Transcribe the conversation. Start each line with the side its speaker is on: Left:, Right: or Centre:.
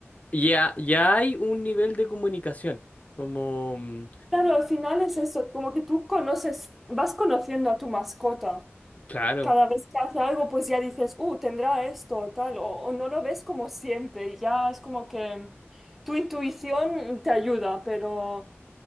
Left: ya, ya hay un nivel de comunicación, como, mm,
Centre: Claro, al final es eso, como que tú conoces, vas conociendo a tu mascota.
Left: claro.
Centre: Cada vez que hace algo, pues ya dices, uh, tendrá esto o tal, o, o no lo ves como siempre. y Ya es como que tu intuición te ayuda, pero